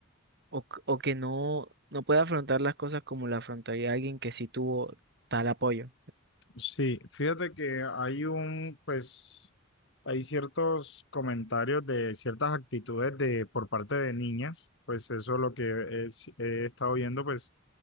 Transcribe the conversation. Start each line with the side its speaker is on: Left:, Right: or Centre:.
Right: o, c- o que no, no pueda afrontar las cosas como la afrontaría alguien que sí tuvo tal apoyo.
Left: Sí, fíjate que hay un, pues, hay ciertos comentarios de ciertas actitudes de, por parte de niñas, pues eso es lo que es- he estado viendo, pues,